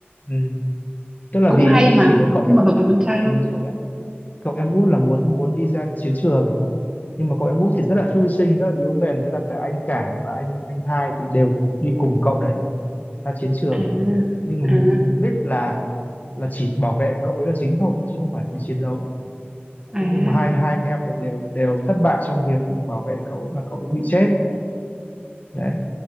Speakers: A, on the left (about 45°); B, on the right (about 15°).
A: Ừm, Tức là
B: cũng
A: vì
B: hay mà,
A: chỉ có cậu
B: nhưng
A: em
B: mà hợp
A: út,
B: với con trai
A: Ừm,
B: hơn.
A: cậu em cậu em út là muốn muốn đi ra chiến trường nhưng mà cậu em út thì rất là thư sinh, rất là yếu mềm, thế là cả anh cả và anh anh hai thì đều đi cùng cậu đấy ra chiến trường
B: À,
A: nhưng mà mục
B: à,
A: mục đích là là chỉ bảo vệ cậu ấy là chính thôi chứ không phải là đi chiến đấu.
B: à.
A: Thế nhưng mà hai hai anh em này đều đều thất bại trong việc bảo vệ cậu ấy mà cậu ấy bị chết. Đấy